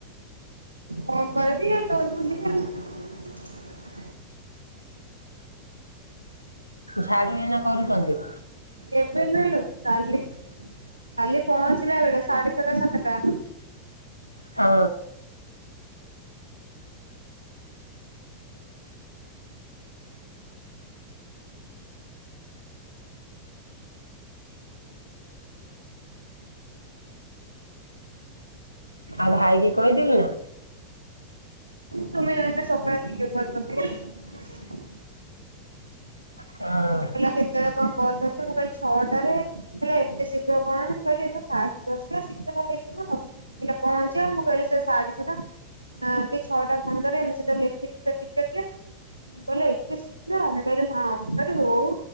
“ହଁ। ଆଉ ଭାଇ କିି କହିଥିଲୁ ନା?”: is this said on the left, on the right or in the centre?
Left